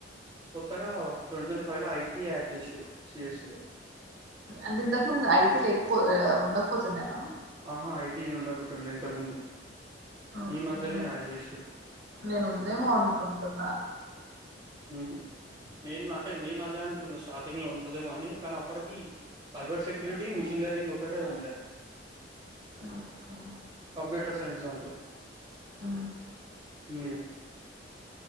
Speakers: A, on the right; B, on the right.
A: కొత్తగా ట్వంటీ ట్వంటీ ఫైవ్ లో ఐటీ యాడ్ చేసిరు సిఎస్సి లో
B: అంటే ఇంతకు ముందు ఐటీ లేకపో ఉండక పోతుండేనా
A: ఆహా ఐటీ ఉండకుంటుండే ఇంతకుముందు
B: ఓకే
A: ఈ మధ్యలోనే
B: నేను
A: యాడ్ చేసిరు
B: నేను ఉందేమో అనుకుంటున్నా
A: హ నేను అంటే నేను అదే అనుకున్న స్టార్టింగ్ లో ఉంటదేమో అని కానీ అప్పటికి సైబర్ సెక్యూరిటీ, మిషిన్ లెర్నింగ్ ఒకటే ఉండే
B: ఓకే
A: కంప్యూటర్ సైన్స్ దాంట్లో
B: ఉ
A: హు